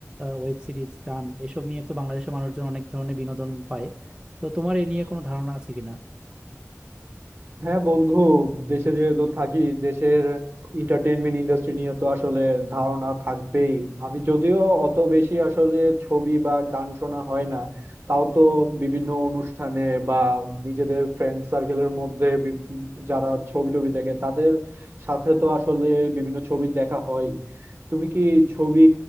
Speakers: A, on the right (about 15°); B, on the right (about 45°).
A: ওয়েব সিরিজ গান এসব নিয়ে তো বাংলাদেশের মানুষজন অনেক ধরনের বিনোদন পায় তো তোমার এ নিয়ে কোনো ধারণা আছে কিনা
B: হ্যাঁ বন্ধু দেশে যেহেতু থাকি দেশের এন্টারটেইনমেন্ট ইন্ডাস্ট্রি নিয়ে তো আসলে ধারণা থাকবেই আমি যদিও অত বেশি আসলে ছবি বা গান শোনা হয় না তাও তো বিভিন্ন অনুষ্ঠানে বা নিজেদের ফ্রেন্ড সার্কেলের মধ্যে বি- যারা ছবি টবি দেখে তাদের সাথে তো আসলে বিভিন্ন ছবি দেখা হয় তুমি কি ছবি